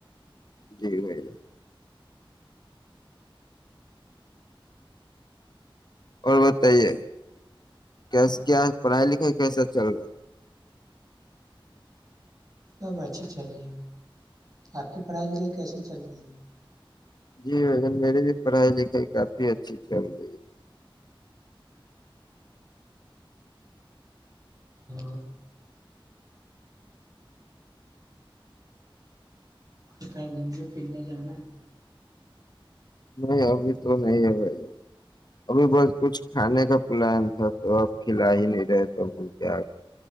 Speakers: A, on the left; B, on the right.
A: جی بھائی جی اور بتائیے کی کیا پڑھائی لکھائی کیسا چل گا
B: سب اچھیھی چل رہی ہے آپ کی پرڑھائز ل کیسے چل رہی ہے
A: جی بھن میرے بھی پڑھائی لکھائی کافی اچھی چل رہی ہے
B: تو ا ہے گھومنے پھرنے جانا
A: نہیں ابھی تو نہیں ہے بھائی ابھی بس کچھ کھانے کا پلان تھا تو اپ کھلا ہی نہیں رہے تو ب کیا